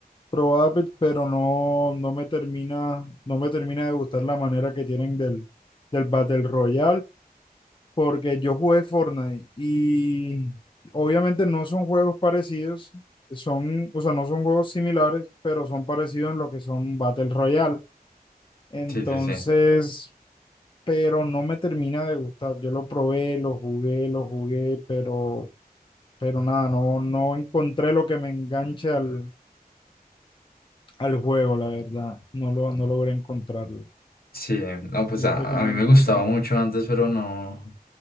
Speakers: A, on the left; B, on the left.
A: probable, pero no, no me termina, no me termina de gustar la manera que tienen del, del Battle Royale, porque yo jugué Fortnite y obviamente no son juegos parecidos, son, o sea, no son juegos similares, pero son parecidos en lo que son Battle Royale. Entonces,
B: Sí, sí, sí.
A: pero no me termina de gustar. Yo lo probé, lo jugué, lo jugué, pero, pero nada, no, no encontré lo que me enganche al al juego, la verdad. No lo, no logré encontrarlo.
B: Sí, no, pues
A: Fíjate
B: a,
A: que
B: a
A: no.
B: mí me
A: lo encon-
B: gustaba mucho antes, pero no,